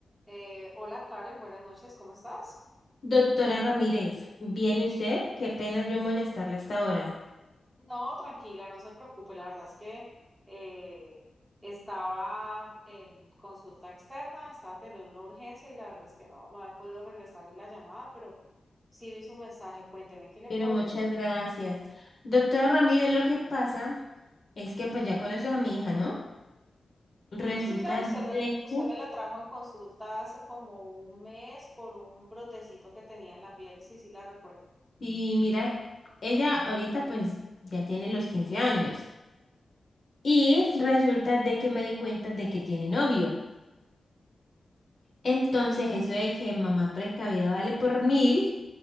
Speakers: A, on the right; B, on the left.
A: Eh, hola Karen, buenas noches, ¿cómo estás?
B: Doctora Ramírez, ¿viene usted? Qué pena yo molestarla hasta ahora,
A: No, tranquila, no se preocupe, la verdad es que eh, estaba en consulta externa, estaba teniendo una urgencia y la verdad es que no, no he podido regresarle la llamada, pero sí vi su mensaje, cuénteme ¿en qué le
B: pero
A: puedo
B: muchas
A: ayudar.
B: gracias. Doctora Ramírez, lo que pasa es que pues ya conoces a mi hija, ¿no? Resulta
A: Sí, sí, claro, usted,
B: de
A: la- usted
B: que,
A: me la trajo en consulta hace como un mes por un brotecito que tenía en la piel, sí, sí, la recuerdo.
B: sí, mira, ella ahorita pues ya tiene los 15 años y
A: Sí,
B: resulta de que me di cuenta de que tiene novio. Entonces
A: ok.
B: eso de que mamá precavida vale por mil,